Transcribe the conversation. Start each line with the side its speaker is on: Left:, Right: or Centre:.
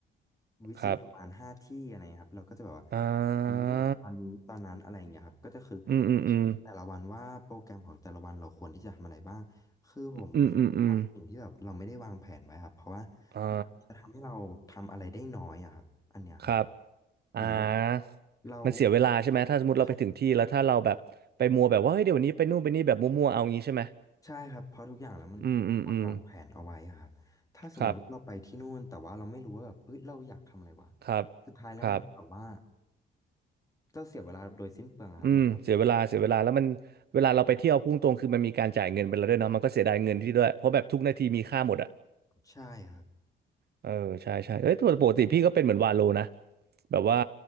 Left: วิสิตประมาณห้าที่อะไรเงี้ยครับเราก็จะแบบว่า
Right: ครับอ่า
Left: นี้ตอนนี้ตอนนั้นอะไรอย่างเงี้ยครับก็จะคือเขียนแต่ละวันว่าโปรแกรมของแต่ละวันเราควรที่จะทำอะไรบ้างคือผมไม่ทำสิ่งที่แบบเราไม่ได้วางแผนไว้ครับเพราะว่า
Right: อืมอืมอืมอืมอืมอืมอ๋อ
Left: มันจะทำให้เราทำอะไรได้น้อยอะครับอันเนี้ยครับ
Right: ครับ
Left: เหมือนแบบ
Right: อ่า
Left: เรา
Right: มันเสียเวลาใช่ไหมถ้าสมมติเราไปถึงที่แล้วถ้าเราแบบไปมัวแบบว่าเฮ้ยเดี๋ยววันนี้ไปนู่นไปนี่แบบมัวๆเอางี้ใช่ไหม
Left: ใช่ ใช่ครับเพราะทุกอย่างแล้วมันควรวางแผนเอาไว้อะครับถ้าสมมุติว่าเราไปที่นู่นแต่ว่าเราไม่รู้ว่าแบบเฮ้ยเราอยากทำอะไรวะ
Right: อืมอืมอืมครับครับ
Left: สุดท้ายแล้วมันก็แบบว่า
Right: ครับ
Left: เราเสียเวลาโดยสิ้นเปลืองอะครับเหมือนแบบ
Right: อืมเสียเวลาเสียเวลาแล้วมันเวลาเราไปเที่ยวพุ่งตรงคือมันมีการจ่ายเงินไปแล้วด้วยเนาะมันก็เสียดายเงินที่ด้วยเพราะแบบทุกนาทีมีค่าหมดอะ
Left: ใช่ครับ
Right: เออใช่ใช่เอ้ยแั่ปกติพี่ก็เป็นเหมือนวาโลนะแบบว่า